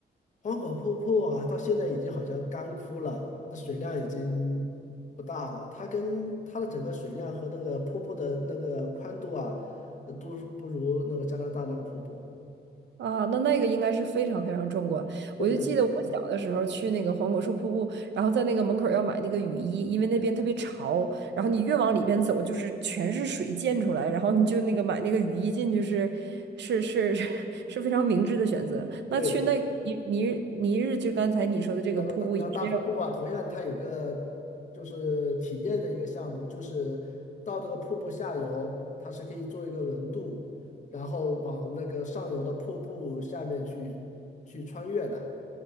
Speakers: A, on the left; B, on the right.
A: 黄河瀑布啊，到现在已经好像干枯了，这水量已经不大了。它跟它的整个水量和那个瀑布的那个宽度啊，呃都不如那个加拿大那个瀑布。
B: 啊，那那个应该是非常非常壮观。
A: 对对对，
B: 我就记得我小的时候去那个黄果树瀑布，然后在那个门口儿要买那个雨衣，因为那边特别潮，然后你越往里边走，就是全是水溅出来，然后你就那个买那个雨衣进去是是是 <laughs> 是非常明智的选择。那去那个尼尼尼日，
A: 对
B: 就刚才你说的这个瀑布也是要，
A: 那个大那大瀑布啊，同样它有个就是体验的一个项目，就是到这个瀑布下游，它是可以做一个轮渡，然后往那个上游的瀑布下面去去穿越的，